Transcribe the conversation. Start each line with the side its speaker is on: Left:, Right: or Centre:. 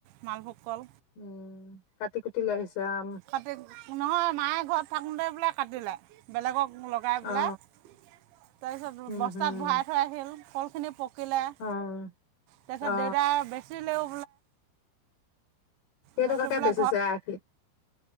Right: মালভোগ কল
Left: উম কাটি কুটি লৈ আহিছে অ
Right: কাটি নহয় মায়ে ঘৰত থাকোঁতে বোলে কাটিলে বেলেগক লগাই
Left: অ
Right: পেলাই তাৰপিছত
Left: উম
Right: বস্তাত
Left: হম
Right: ভৰাই থৈ আহিল ফল খিনি শ তাৰ
Left: অ
Right: পিছত
Left: অ
Right: দেউতা বেচেও
Left: কেইটাকে
Right: বেচি বোলে
Left: বেচিছে এৰাশী